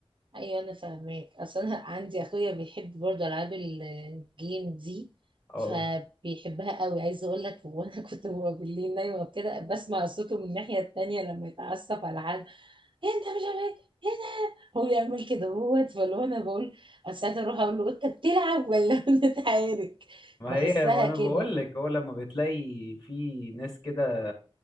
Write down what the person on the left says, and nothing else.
اه
ما
هي ما انا
بقول لك هو لما بتلاقي في ناس كده